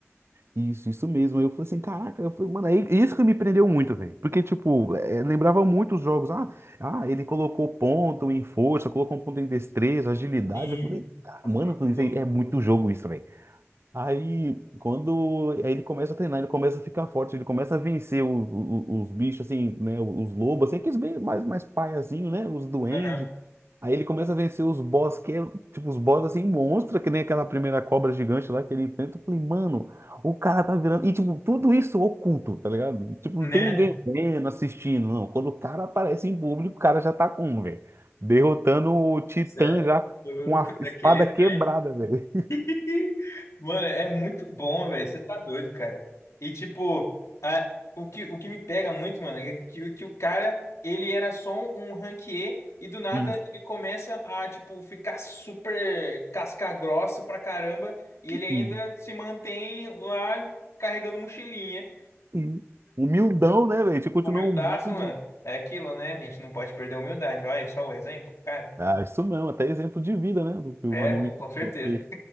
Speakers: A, on the right (about 55°); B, on the left (about 75°).
A: isso, isso mesmo. Eu falei assim, caraca, eu falei, mano, aí, isso que me prendeu muito, velho. Porque, tipo, é, lembrava muito os jogos. Ah, ah, ele colocou ponto em força, colocou um ponto em destreza, agilidade.
B: Sim.
A: Eu falei, "Ah,
B: Nossa,
A: mano,
B: que
A: eu falei,
B: louco.
A: isso aí é muito jogo isso, velho. Aí, quando aí ele começa a treinar, ele começa a ficar forte, ele começa a vencer o- o- os bichos, assim, né? Os lobos, assim, aqueles bem mais, mais paiazinho, né? Os duendes.
B: Aham.
A: Aí ele começa a vencer os boss, que é, tipo, os boss, assim, monstro, que nem aquela primeira cobra gigante lá que ele enfrenta. Eu falei, mano, o cara tá virando. E, tipo, tudo isso oculto, tá ligado? Tipo,
B: Né?
A: não tem ninguém vendo, assistindo, não. Quando o cara aparece em público, o cara já tá com, velho. Derrotando o Titã
B: Céu.
A: já
B: Louco,
A: com a
B: daquele
A: espada quebrada,
B: naipe.
A: velho.
B: <laughs> Mano, é muito bom, velho. Você tá doido, cara. E tipo, a- o que, o que me pega muito, mano, é que, que o cara, ele era só um, um ranquier e do nada
A: <laughs>
B: ele começa a, tipo, ficar super casca grossa pra caramba e
A: Isso,
B: ele ainda se mantém lá carregando mochilinha.
A: Sim. Humildão, né, velho? A gente continua
B: Humildaço,
A: humilde.
B: mano. É aquilo, né? A gente não pode perder a humildade. Olha só o exemplo, cara.
A: Ah, isso mesmo, até exemplo de vida, né? Do que o
B: É,
A: anime
B: com
A: passou.
B: certeza.
A: Porque,